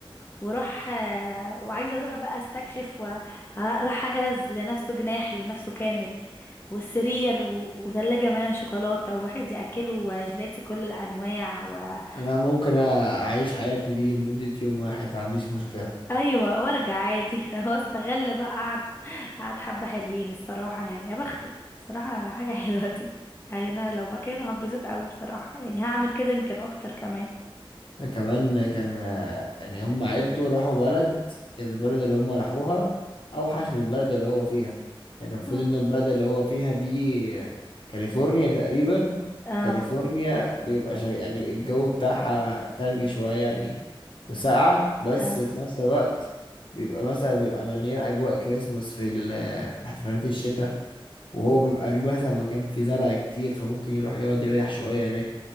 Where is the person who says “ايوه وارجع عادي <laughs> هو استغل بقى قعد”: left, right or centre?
Left